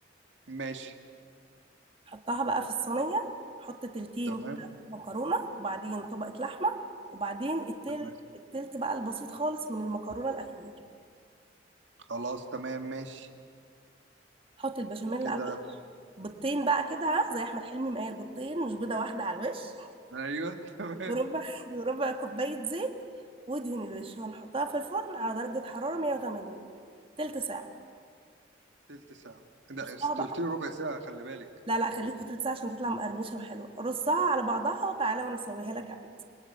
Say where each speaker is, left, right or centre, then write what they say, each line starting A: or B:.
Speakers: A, on the right; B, on the right.
A: ماشي
B: حطها بقى في الصينية حط تلتين
A: تمام
B: كده مكرونة وبعدين طبقة لحمة وبعدين التالت
A: تمام
B: التلت بقى البسيط خالص من المكرونة الأخير
A: خلاص تمام ماشي
B: حط البشاميل
A: كده
B: على الوش بيضتين بقى كده ها، زي أحمد حلمي مقايل بيضتين مش بيضة واحدة على الوش
A: ايوه <laughs> تمام
B: وربع <laughs> وربع كوباية زيت وادهن الوش وهنحطها في الفرن على درجة حرارة 180 تلت ساعة
A: تلت ساعة ده
B: رصها
A: انت
B: بقى
A: قلت لي ربع ساعة خلي بالك
B: لا لا خليك في تلت ساعة عشان تطلع مقرمشة وحلوة رصها على بعضها وتعالى وأنا أسويها لك عندي